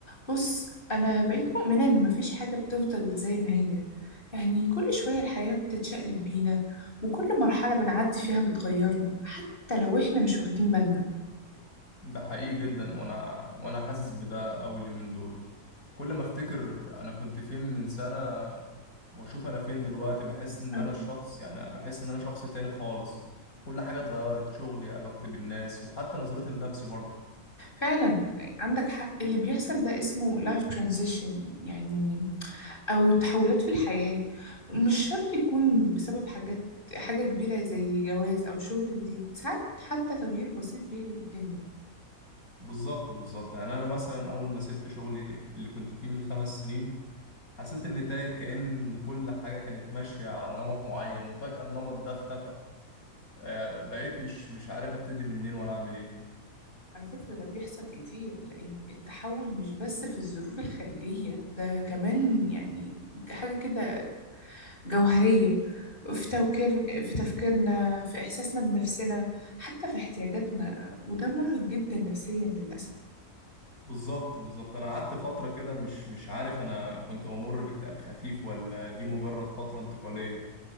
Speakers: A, on the left; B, on the left.
A: بص أنا بقيت مؤمنة إن مفيش حاجة بتفضل زي ما هي يعني كل شوية الحياة بتتشقلب بينا وكل مرحلة بنعدي فيها بتغيرنا حتى لو إحنا مش واخدين بالنا
B: ده حقيقي جدا وانا وانا حاسس بده اول يومين دول كل ما افتكر انا كنت فين من سنة واشوف انا فين دلوقتي بحس ان
A: أه.
B: انا الشخص يعني بحس ان انا شخص تاني خالص كل حاجة اتغيرت شغلي علاقتي بالناس وحتى نظرتي لنفسي برضه
A: فعلا عندك حق اللي بيحصل ده اسمه life transition يعني أو تحولات في الحياة مش شرط يكون بسبب حاجات حاجة كبيرة زي جواز أو شغل جديد ساعات حتى تغيير بسيط بيقلب الدنيا
B: بالظبط بالظبط يعني انا مثلا اول ما سبت شغلي اللي كنت فيه من خمس سنين حسيت اني تايه كأن كل حاجة كانت ماشية على نمط معين وفجأة النمط ده اختفى آه، بقيت مش مش عارف ابتدي منين ولا اعمل ايه
A: على فكرة ده بيحصل كتير لأن التحول مش بس في الظروف الخارجية ده كمان يعني حاجة كده جوهرية في تفكير في تفكيرنا في إحساسنا بنفسنا حتى في احتياجاتنا وده مرهق جدا نفسيا للأسف
B: بالظبط بالظبط انا قعدت فتره كده مش مش عارف انا كنت بمر باكتئاب خفيف ولا دي مجرد فتره انتقاليه